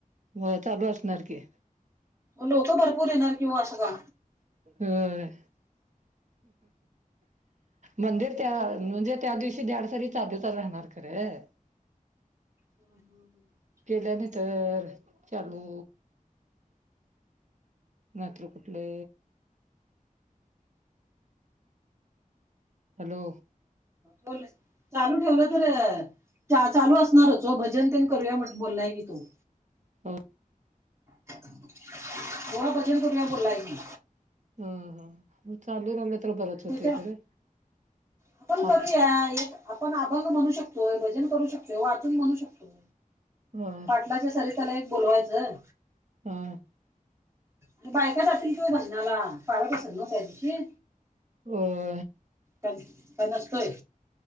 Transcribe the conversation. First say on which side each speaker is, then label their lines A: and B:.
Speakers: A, on the right (about 55°); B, on the right (about 20°).
A: म चालू असणार की
B: लोकं भरपूर येणार किंवा अस का?
A: ह. मंदिर त्या म्हणजे त्या दिवशी द्याडसरी चादू चाल राहणार खरं.
B: ह हम् ह.
A: गेल्या नाही तर चालू. नाहीतर कुठले? हॅलो
B: बोल चालू ठेवलं तर चालू असणारचो भजन तेन करूया म्हट बोललाय की तो
A: हो
B: कोड भजनपुरला बोलाय मी
A: होय होय चालू राहिलं तर बरंच होतंय
B: च्या
A: खरं
B: आपण करूया
A: आप
B: छान आपण अभंग म्हणू शकतोय भजन करू शकतो वाटून म्हणू शकतोय
A: अ
B: पाटलाच्या सरी त्याला एक बोलवायचं
A: हा
B: आणि बायका जातील की ओ भजनाला पाळत असेल ना त्या दिवशी
A: हो
B: का का नसतोय